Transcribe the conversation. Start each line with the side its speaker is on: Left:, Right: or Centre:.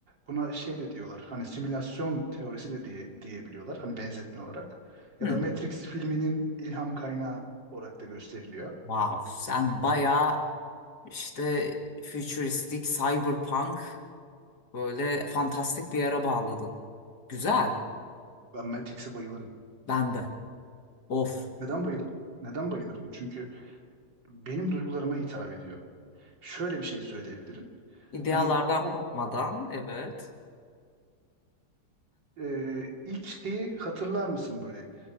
Right: buna şey de diyorlar. Hani simülasyon teorisi de diye diyebiliyorlar. Hani benzetme olarak. Ya
Left: hı.
Right: da Matrix filminin ilham kaynağı olarak da gösteriliyor.
Left: Wow, sen bayağı İşte futuristik, cyberpunk böyle fantastik bir yere bağladın. Güzel.
Right: Ben Matrix'e bayılırım.
Left: Ben de. Of.
Right: Neden bayılırım? Neden bayılırım? Çünkü benim duygularıma hitap ediyor. Şöyle bir şey söyleyebilirim.
Left: İdealardan
Right: Hani o
Left: kopmadan evet.
Right: e, ilk şeyi hatırlar mısın böyle?